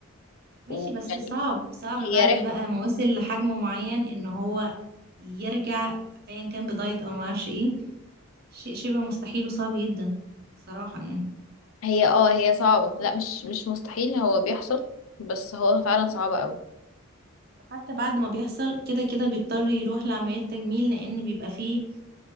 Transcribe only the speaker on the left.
ويعني
هي رحلة
هي اه هي صعبة لا مش مش مستحيل هو بيحصل بس هو فعلا صعب قوي